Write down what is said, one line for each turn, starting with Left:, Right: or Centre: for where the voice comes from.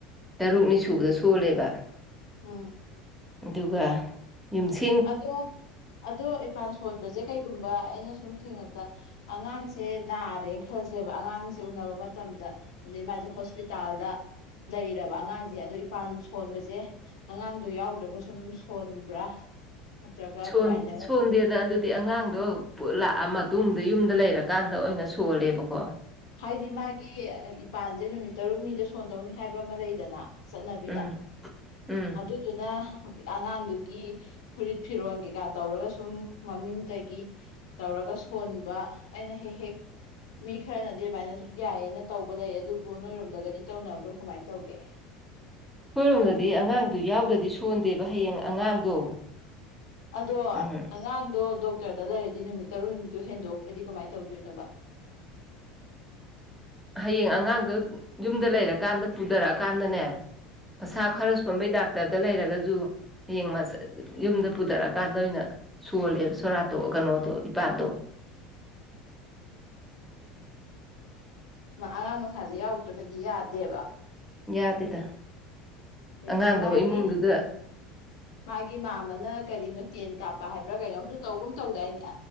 Centre: ꯇꯔꯨꯛꯅꯤ ꯁꯨꯕꯗ ꯁꯣꯜꯂꯦꯕ
Left: ꯎꯝ
Centre: ꯑꯗꯨꯒ ꯌꯨꯝꯁ
Left: ꯑꯗꯣ ꯑꯗꯣ ꯏꯄꯥꯟ ꯁꯣꯟꯕꯁꯦ ꯀꯩꯒꯨꯝꯕ ꯑꯩꯅ ꯁꯨꯝ ꯊꯦꯡꯅꯕꯗ ꯑꯉꯥꯡꯁꯦ ꯅꯥꯔꯦꯅ ꯈꯜꯁꯦꯕ ꯑꯉꯥꯡꯁꯦ ꯎꯅꯕ ꯃꯇꯝꯗ ꯑꯗꯩ ꯃꯥꯁꯦ ꯍꯣꯁꯄꯤꯇꯥꯜꯗ ꯂꯩꯔꯕ ꯑꯉꯥꯡꯁꯦ ꯑꯗꯣ ꯏꯄꯥꯟ ꯁꯣꯟꯕꯁꯦ ꯑꯉꯥꯡꯗꯣ ꯌꯥꯎꯗ꯭ꯔꯒꯁꯨ ꯑꯗꯨꯝ ꯁꯣꯟꯕ꯭ꯔꯥ ꯅꯠꯇ꯭ꯔꯒ
Centre: ꯁꯣꯟ
Left: ꯀꯃꯥꯏꯅꯒ
Centre: ꯁꯣꯟꯗꯦ
Left: ꯇꯧ
Centre: ꯑꯗ ꯑꯗꯨꯗꯤ ꯑꯉꯥꯡꯗꯣ ꯂꯥꯛꯑ ꯃꯇꯨꯡꯗ ꯌꯨꯝꯗ ꯂꯩꯔꯀꯥꯟꯗ ꯑꯣꯏꯅ ꯁꯣꯜꯂꯦꯕꯀꯣ
Left: ꯍꯥꯏꯗꯤ ꯃꯥꯒꯤ ꯏꯄꯥꯟꯁꯦ ꯅꯨꯃꯤꯠ ꯇꯔꯨꯛꯅꯤꯗ ꯁꯣꯟꯗꯧꯅꯤ ꯍꯥꯏꯕ ꯑꯃ ꯂꯩꯗꯅ ꯆꯠꯅꯕꯤꯗ
Centre: ꯎꯝ ꯎꯝ
Left: ꯑꯗꯨꯗꯨꯅ ꯑꯉꯥꯡꯗꯨꯒꯤ ꯐꯨꯔꯤꯠ ꯐꯤꯔꯣꯟ ꯀꯩꯀꯥ ꯇꯧꯔꯒ ꯁꯨꯝ ꯃꯃꯤꯡꯇꯒꯤ ꯇꯧꯔꯒ ꯁꯣꯟꯕ ꯑꯩꯅ ꯍꯦꯛ ꯍꯦꯛ ꯃꯤ ꯈꯔꯅ ꯑꯗꯨ ꯑꯗꯨꯃꯥꯏꯅꯁꯨ ꯌꯥꯏꯌꯦꯅ ꯇꯧꯕ ꯂꯩ ꯑꯗꯨꯕꯨ ꯅꯣꯏꯔꯣꯝꯗꯒꯗꯤ ꯇꯧꯅꯕ꯭ꯔꯣ ꯀꯃꯥꯏꯅ ꯇꯧꯒꯦ
Centre: ꯑꯩꯈꯣꯏꯔꯣꯝꯗꯗꯤ ꯑꯉꯥꯡꯗꯨ ꯌꯥꯎꯗ꯭ꯔꯗꯤ ꯁꯣꯟꯗꯦꯕ ꯍꯌꯦꯡ ꯑꯉꯥꯡꯗꯣ
Left: ꯑꯗꯣ
Centre: ꯎꯝ
Left: ꯑꯉꯥꯡꯗꯣ ꯗꯣꯛꯇꯔꯗ ꯂꯩꯔꯗꯤ ꯅꯨꯃꯤꯠ ꯇꯔꯨꯅꯤꯗꯣ ꯍꯦꯟꯗꯣꯛꯄꯗꯤ ꯀꯃꯥꯏꯅ ꯇꯧꯗꯣꯏꯅꯣꯕ
Centre: ꯍꯌꯦꯡ ꯑꯉꯥꯡꯗꯨꯣ ꯌꯨꯝꯗ ꯂꯩꯔꯀꯥꯟꯗ ꯄꯨꯊꯔꯛꯑꯀꯥꯟꯗꯅꯦ ꯑꯁ
Left: ꯎꯝ
Centre: ꯁꯥ ꯈꯔ ꯁꯣꯕꯩꯗꯥꯛ ꯗꯥꯛꯇꯔꯗ ꯂꯩꯔꯒꯁꯨ ꯍꯌꯦꯡ ꯌꯨꯝꯗ ꯄꯨꯊꯔꯛꯑꯀꯥꯟꯗ ꯑꯣꯏꯅ ꯁꯣꯜꯂꯦꯕ ꯁꯣꯔꯥꯠꯇꯣ ꯀꯩꯅꯣꯗꯣ ꯏꯄꯥꯥꯟꯗꯣ
Left: ꯑꯣ ꯑꯉꯥꯡ ꯃꯁꯥꯁꯦ ꯌꯥꯎꯗ꯭ꯔꯒꯗꯤ ꯌꯥꯗꯦꯕ
Centre: ꯌꯥꯗꯦꯗ
Left: ꯑꯗꯒꯤ
Centre: ꯑꯉꯥꯡꯗ
Left: ꯃꯥꯒꯤ
Centre: ꯏꯃꯨꯡꯗꯨꯗ
Left: ꯃꯥꯒꯤ ꯃꯥꯃꯅ ꯀꯔꯤꯅꯣ ꯇꯦꯟ ꯀꯥꯞꯄ ꯍꯥꯏꯕ꯭ꯔꯥ ꯀꯩꯅꯣꯝꯁꯨ ꯇꯧꯒꯨꯝ ꯇꯧꯗꯥꯏꯅꯦ